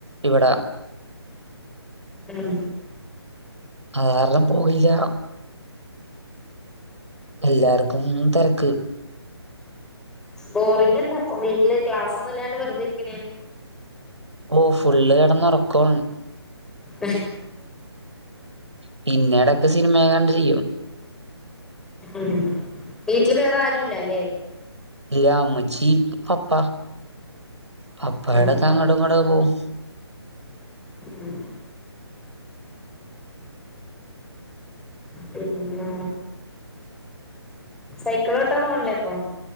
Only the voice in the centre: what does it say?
ഉം
ബോറിംഗ ഉണ്ട അപ്പൊ വീട്ടില് ക്ലാസ് ഒന്നും ഇല്ലാണ്ട് വെറുതെ ഇരിക്കണ ൻ
ആ
ഉ വീട്ടില് വേറെ ആരുുംല്ലല്ലെ
ഉം
ഉം പിന്ന സൈക്കിളോട്ടോ പോണല്ലേപ്പ